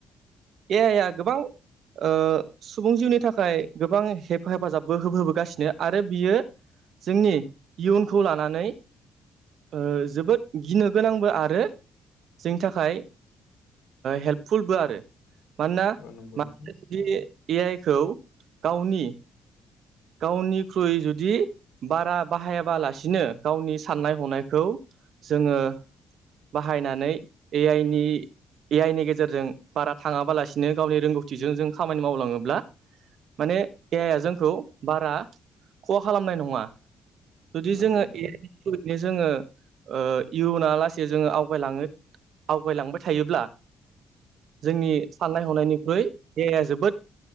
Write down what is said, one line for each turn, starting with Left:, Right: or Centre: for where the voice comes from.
Right: ए आइया गोबां ओ सुबुं जिउनि थाखाय गोबां हेफाजाबबो होबोगासिनो आरो बियो जोंनि इयुनखौ लानानै ओ जोबोद गिनो गोनांबो आरो जोंनि थाखाय हेल्पफुलबो आरो मानोना
Left: औ नंगौ
Right: माखासे
Left: नोंथां
Right: जुदि ए आइखौ गावनि गावनिख्रुइ जुदि बारा बाहायाबालासिनो गावनि साननाय हनायखौ जोङो बाहायनानै ए आइ नि ए आइ नि गे जेरजों बारा थाङाबालासिनो गावनि रोंगौथिजों जों खामानि मावलाङोब्ला माने ए आइआ जोंखौ बारा खहा खालामनाय नङा जुदि
Left: नंगौ
Right: जोङो
Left: नोंथां
Right: जै जोङो ओ इयुना लासै जोङो आवगायलाङो आवगायलांबाय थायोब्ला जोंनि साननाय हनायनिख्रुइ ए आइया जोबोद